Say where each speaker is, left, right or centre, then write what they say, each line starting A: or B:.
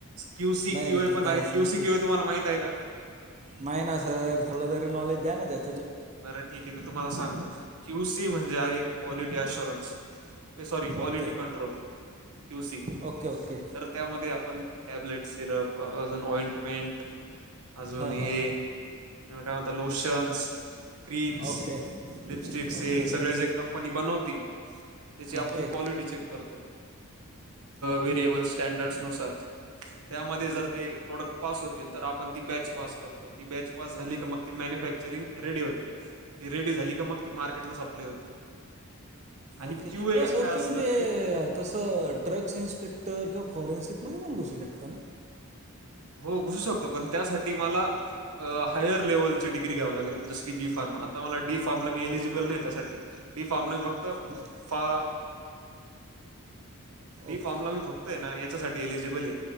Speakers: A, on the right; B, on the right.
A: क्यूसी
B: नाही
A: क्यूए
B: नाही ते
A: पण
B: तर
A: आहेत
B: आहेच
A: क्यूसी
B: नक्की
A: क्यूए तुम्हाला माहित आहे का?
B: नाही ना सर, थोडं तरी नॉलेज द्या ना त्यात.
A: बरं ठीक आहे मी तुम्हाला सांगतो, क्यू सी म्हणजे आहे, क्वालिटी अशुरन्स. ऐ sorry, quality
B: okay
A: control Q C
B: okay okay
A: तर त्यामध्ये आपण टॅबलिट सिरप अजून ऑइंटमेनट. अजून
B: ह
A: हे,
B: ह
A: काय म्हणत? लोशन्स. क्रीम्स,
B: ओके
A: लिपस्टिक्स
B: ओके
A: हे सगळे जे कंपनी बनवती, त्याची आपण
B: ओके
A: क्वालिटी चेक करतो.
B: ओके
A: वेरिएबल स्टॅडर्डस नुसार. त्यामध्ये जर ते प्रोडक्ट पास होतील, तर आपण ती बॅच पास करतो. ती बॅच पास झाली का? मग ती मॅन्युफॅक्चरिंग रेडी होते ती रेडी झाली का? मग ती मार्केटला सप्लाय होते. आणि
B: ओके,
A: क्यू ए
B: सर
A: काय
B: तुम्ही
A: असतं
B: ते
A: क्यू
B: तसं ड्रग्स इन्स्पेक्टर किंवा फॉरेन्सिकमध्येध्ये पण घसू शकतं ना?
A: हो घुसू शकतो, पण त्यासाठी मला हायर लेवल डिग्री घ्याव लागेल, जस की बी फार्म, आता मला डी फार्ला मी एलिजिबल नाही, त्यासाठी. डी फार्म फक्त
B: <inaudible>
A: फा डी
B: ओके
A: फॉर्मला मी फक्तय ना याच्यासाठी एलिजिबले